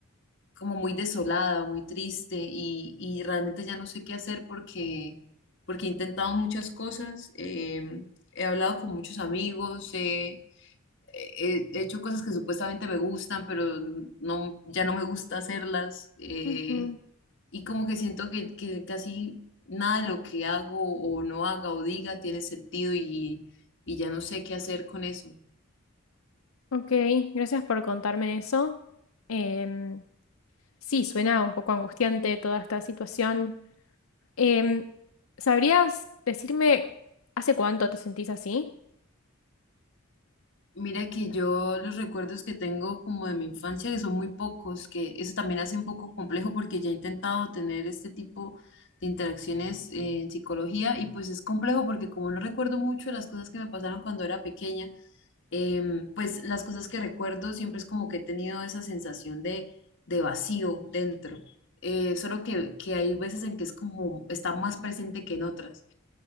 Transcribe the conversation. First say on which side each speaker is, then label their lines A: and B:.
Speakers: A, on the left; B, on the left.
A: como muy desolada, muy triste y, y realmente ya no sé qué hacer porque, porque he intentado muchas cosas, eh, he hablado con muchos amigos, eh, he he hecho cosas que supuestamente me gustan, pero no, ya no me gusta hacerlas eh,
B: ujú.
A: y como que siento que, que casi nada de lo que hago o no haga o diga tiene sentido y, y ya no sé qué hacer con eso.
B: Ok, gracias por contarme eso. Em, sí, suena un poco angustiante toda esta situación. Em, ¿sabrías decirme hace cuánto te sentís así?
A: Mira que yo los recuerdos que tengo como de mi infancia, que son muy pocos, que eso también hace un poco complejo porque ya he intentado tener este tipo de interacciones eh, en psicología y pues es complejo porque como no recuerdo mucho las cosas que me pasaron cuando era pequeña, em, pues las cosas que recuerdo siempre es como que he tenido esa sensación de, de vacío dentro. Eh, solo que, que hay veces en que es como está más presente que en otras.